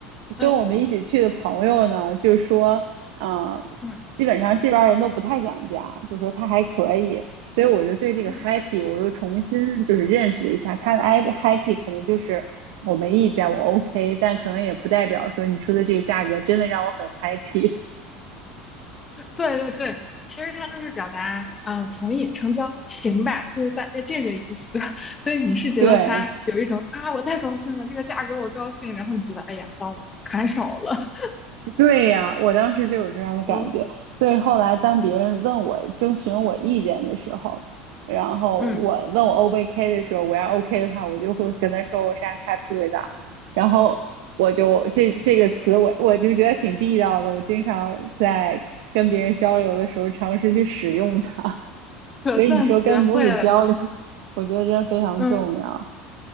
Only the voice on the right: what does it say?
跟我们一起去的朋友呢，就说，啊、
基本上这边儿人都不太讲价，就说他还可以，所以我就对这个
happy 我又重新就是认识了一下，他的 i happy 可能就是我没意见，我 OK，但可能也不代表说你出的这个价格真的让我很 happy。
<laughs> 对，
对呀，我当时就有这样的感觉，
所以后来当别人问我征询我意见的时候，然后我问我
O 不 OK 的时候，我要 OK 的话，我就会跟他说我是 I'm happy with t h 然后我就这这个词我我就觉得挺地道的，我经常在跟别人交流的时候尝试去使用它，<laughs>
所以你说跟母语交流，我觉得真的非常重要，